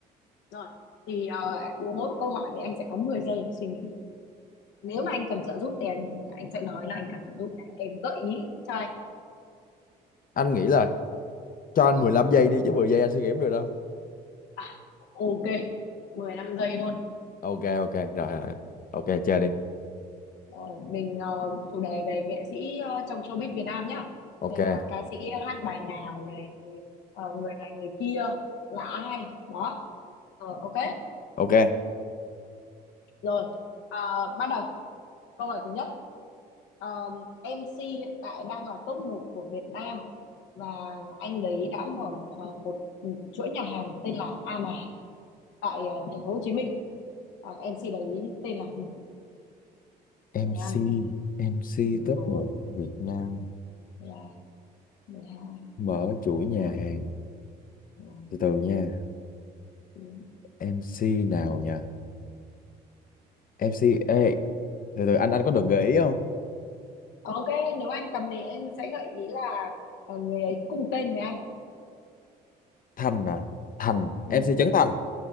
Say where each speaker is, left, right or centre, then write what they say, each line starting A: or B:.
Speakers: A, on the left; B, on the left.
A: rồi thì ờ, mỗi một câu hỏi thì anh sẽ có 10 giây để suy nghĩ nếu mà anh cần trợ giúp thì anh anh sẽ nói là anh cần trợ giúp để em gợi ý cho anh
B: anh nghĩ là cho anh 15 giây đi chứ 10 giây anh sẽ nghiệm được đâu
A: à, ok 15 giây luôn
B: ok ok rồi rồi rồi. ok chơi đi
A: rồi mình ờ, chủ đề về nghệ sĩ ờ, trong showbiz Việt Nam nhá
B: ok
A: xem là ca sĩ hát bài nào này người ờ, người này người kia là ai đó Ờ, ok
B: ok
A: Rồi, ờ, bắt đầu. Câu hỏi thứ nhất, Ờ, MC hiện tại đang là top một của Việt Nam và anh đấy đã mở ờ, một chuỗi nhà hàng tên là A Mã tại ờ, thành phố Hồ Chí Minh. Ờ, MC đấy tên là gì? mười
B: MC MC
A: 14,
B: top một Việt Nam
A: mười 12, mười
B: mở chuỗi
A: 12,
B: nhà hàng
A: mười
B: từ từ nha
A: 14.
B: MC nào nhỉ MC ê từ từ anh anh có được gợi ý không
A: Ok, nếu anh cầm thì em sẽ gợi ý là ờ, người ấy cùng tên với anh.
B: Thành à Thành
A: Ừ.
B: MC Trấn Thành